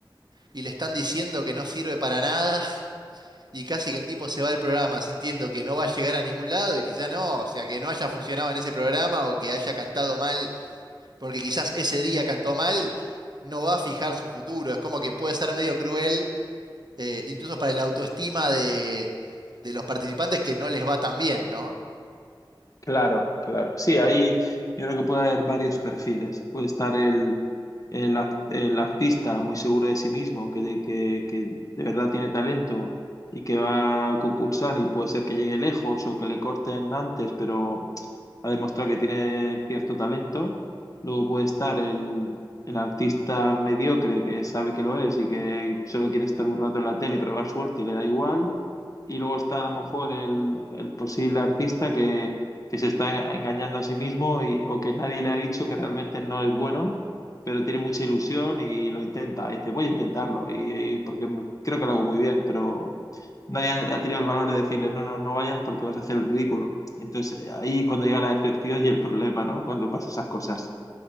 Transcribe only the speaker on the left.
Claro, claro. Sí, ahí yo creo que puede haber varios perfiles. Puede estar el, el, ac- el artista muy seguro de sí mismo, que de, que, que de verdad tiene talento y que va a concursar y puede ser que llegue lejos o que le corten antes, pero ha demostrado que tiene cierto talento. Luego puede estar el, el artista mediocre que sabe que lo es y que solo quiere estar un rato en la tele y probar suerte y le da igual. Y luego está a lo mejor el, el posible artista que que se está engañando a sí mismo y, o que nadie le ha dicho que realmente no es bueno, pero tiene mucha ilusión y lo intenta. Y dice, voy a intentarlo, y, y porque me- creo que lo hago muy bien, pero nadie ha, ha tenido el valor de decirle, no, no, no vayas porque vas a hacer el ridículo. Entonces, ahí cuando llega la decepción y el problema, ¿no? Cuando pasan esas cosas.